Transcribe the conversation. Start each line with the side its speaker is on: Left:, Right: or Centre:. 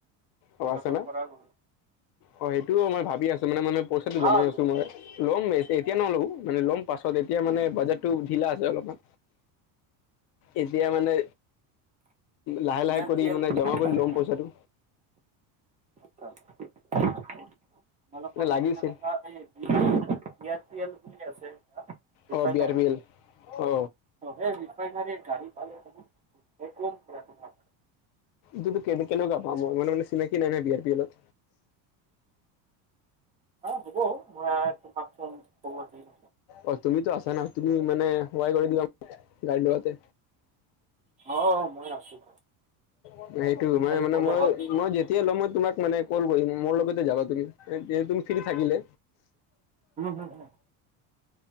Left: অ
Right: তেখেতৰ
Left: আছে না
Right: পৰা ল'লো
Left: অ সেইটোও মই ভাবি আছো মানে মান পইচাটো
Right: ভাল
Left: জমাই আছো মই ল'ম এ এতিয়া নলও মানে ল'ম পাছত এতিয়া মানে বাজেটটো ঢিলা আছে অলপমান এতিয়া মানে লাহে
Right: বি
Left: লাহে
Right: আৰ
Left: কৰি
Right: পি এল
Left: মানে
Right: বুলি
Left: জমা কৰি
Right: আছে
Left: ল'ম পইচাটো
Right: <unintelligible>
Left: মানে লাগিছিল
Right: ইয়াত পি এল ঠিকে আছে refinery
Left: অ B R B L অ
Right: অ সেই ৰিফাইনাৰ গাড়ী পালে বহুত দিয়া তোমাক
Left: টো কেনেকৈনো গম পাম মই মানে মানে চিনাকি নাই না বি আৰ পি এলত
Right: অ হ'ব মই তোমাকচোন খবৰ দিম
Left: অ তুমিতো আছা না তুমি মানে সোহাই কৰি দিবা গাড়ী লোৱাতে
Right: অ মই আছোঁ
Left: <unintelligible> নাই সেইটো
Right: তুমি
Left: মানে
Right: খালি
Left: মানে
Right: ক'লে
Left: মই
Right: হ'ল
Left: মই যেতিয়াই লম মই তোমাক মানে কল কৰিম মোৰ লগেতে যাবা তুমি তেতিয়া তুমি ফ্ৰী থাকিলে
Right: উম হুম হুম